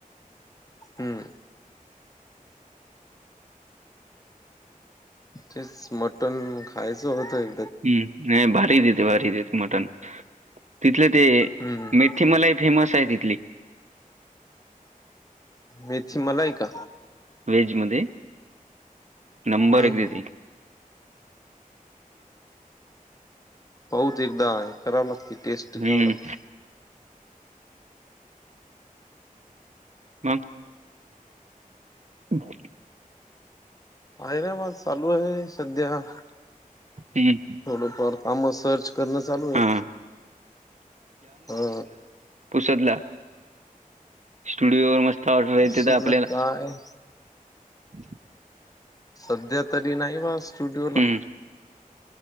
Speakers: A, on the left (about 25°); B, on the right (about 55°).
A: हम्म. तेच मटण खायचं होतंय.
B: हम्म नाही भारी देते भारी देते मटण तिथले ते
A: हम्म
B: मीठ खिमा लय फेमस आहे तिथली.
A: मेथी मला आहे का.
B: वेज मध्ये नंबर
A: हम्म
B: एकदी
A: हम्म
B: देते.
A: पाहत एकदा करावं लागते टेस्ट
B: हम्म.
A: घ्यावं लागते
B: हां <unintelligible>
A: आहेयराबाद चालू आहे सध्या
B: हं,
A: थोडंफार कामस सर्च करणं चालू आहे
B: हां.
A: हा.
B: पुुसरला. स्टुडिओ वर मस्त ऑर्डर येतेत
A: उसधलं
B: आपल्याला.
A: काय
B: <inaudible>
A: सध्या तरी नाही वा स्टुडिओला.
B: हं,